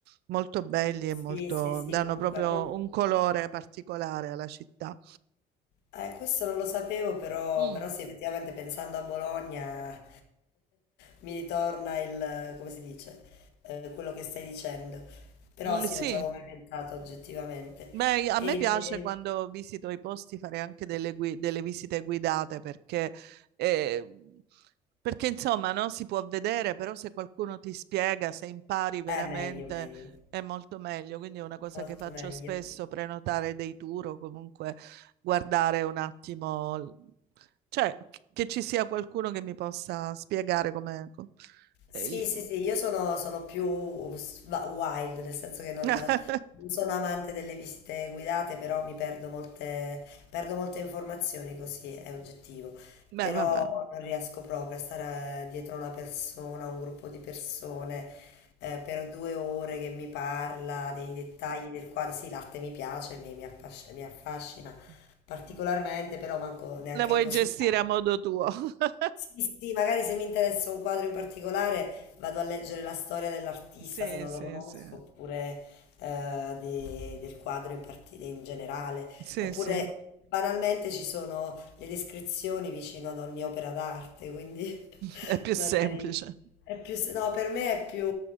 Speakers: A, on the right; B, on the left.
A: molto belli
B: Sì,
A: e molto,
B: sì, sì,
A: danno
B: comunque,
A: proprio
B: non-
A: un colore particolare alla città.
B: eh, questo non lo sapevo, però,
A: Mm,
B: però sì, effettivamente pensando a Bologna <laughs> mi ritorna il, come si dice, Eh, quello che stai dicendo, però
A: mm,
B: sì,
A: sì.
B: non ci avevo mai pensato oggettivamente.
A: Beh, a
B: E,
A: me piace quando visito i posti fare anche delle, gui- delle visite guidate perché, eh, perché, insomma, no, si può vedere, però se qualcuno ti spiega, se impari veramente
B: eh, meglio, meglio.
A: è molto meglio. Quindi è una cosa
B: Molto
A: che faccio
B: meglio.
A: spesso, prenotare dei tour o comunque guardare un attimo, l- cioè ch- che ci sia qualcuno che mi possa spiegare come... co-
B: Sì,
A: eh, gli-
B: sì, sì, io sono, sono più s- va- wild, nel senso che non,
A: <laughs>
B: non sono amante delle visite guidate, però mi perdo molte, perdo molte informazioni, così è oggettivo.
A: Beh,
B: Però
A: vabbè.
B: non riesco proprio a stare dietro una persona, un gruppo di persone, eh, per due ore che mi parla dei dettagli del quadro. Sì, l'arte mi piace, mi, mi affasc- mi affascina
A: <laughs>
B: particolarmente, però manco neanche
A: La vuoi
B: così
A: gestire
B: tanto.
A: a modo tuo? <laughs>
B: Sì, sì, sì, magari se mi interessa un quadro in particolare vado a leggere la storia dell'artista
A: Sì,
B: se non
A: sì,
B: lo conosco,
A: sì.
B: oppure eh, de- del quadro in, parti- in generale,
A: Sì,
B: oppure
A: sì.
B: banalmente ci sono le descrizioni vicino ad ogni opera d'arte, quindi <laughs>
A: È più
B: magari
A: semplice.
B: è più... s- No, per me è più...